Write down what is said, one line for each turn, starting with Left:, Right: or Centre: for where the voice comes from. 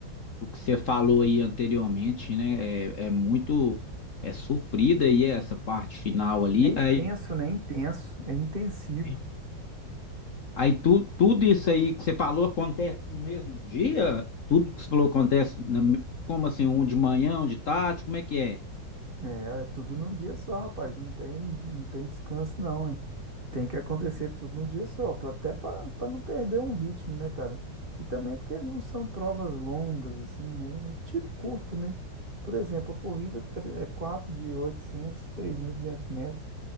Left: o que você falou aí anteriormente, né? É, é muito é sofrida aí essa parte final ali.
Right: É intenso,
Left: Aí,
Right: né? Intenso, é intensivo.
Left: aí aí tu, tudo isso aí que você falou acontece no mesmo dia? Tudo que você falou acontece na- como assim, um de manhã, um de tarde, como é que é?
Right: É, é tudo num dia só, rapaz. Não tem, não tem descanso, não, hein? Tem que acontecer tudo num dia só, pra- até para não perder um ritmo, né, cara? E também porque não são provas longas, assim, né? Tiro curto, né? Por exemplo, a corrida tre- é 4 de 800, duzentos metros.